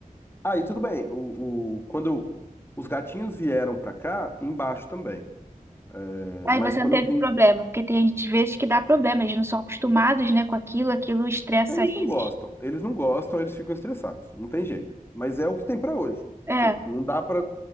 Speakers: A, on the left; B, on the right.
A: Ah, e tudo bem. O, o, quando os gatinhos vieram pra cá, embaixo também. É,
B: Aí
A: mas
B: você
A: quando
B: não teve
A: eu vim,
B: problema, porque tem gente, às vezes que dá problema, eles não são acostumados, né, com aquilo, aquilo estressa
A: Eles
B: eles.
A: não gostam, eles não gostam, eles ficam estressados, não tem jeito. Mas é o que tem pra hoje.
B: É,
A: Tipo, Não dá para,